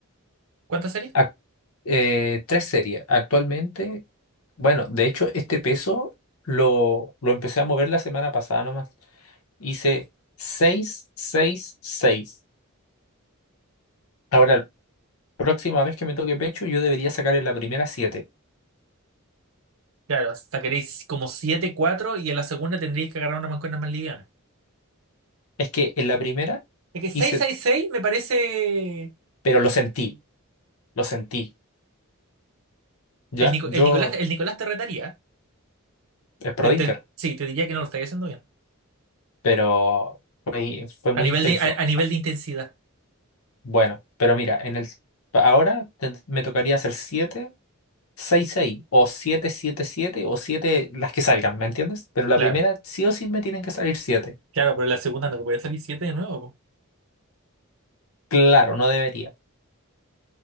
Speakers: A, on the right; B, on the left.
A: ¿Cuántas sería?
B: Ac- eh, tres series. Actualmente, bueno, de hecho, este peso lo, lo empecé a mover la semana pasada nomás. Hice 6, 6, 6. Ahora, la próxima vez que me toque pecho, yo debería sacar en la primera 7.
A: Claro, sacaréis como 7 4 y en la segunda tendríais que agarrar una mancuerna más liviana.
B: Es que en la primera
A: Es que seis
B: hice,
A: seis seis me parece...
B: pero lo sentí, lo sentí. Ya,
A: El, Nico-
B: yo
A: el Nicolás, el Nicolás te retaría.
B: es pro
A: Te-
B: Dinker,
A: te- sí, te diría que no lo estaría haciendo bien.
B: pero fue, fue
A: A
B: muy
A: nivel
B: intenso.
A: de, a, a nivel de intensidad.
B: Bueno, pero mira, en el ahora te- me tocaría hacer 7 6 6 o 7 7 7 o 7 las que salgan, ¿me entiendes? Pero la
A: Claro,
B: primera sí o sí me tienen que salir siete
A: claro, pero la segunda no te puede salir 7 de nuevo. po.
B: Claro, no debería,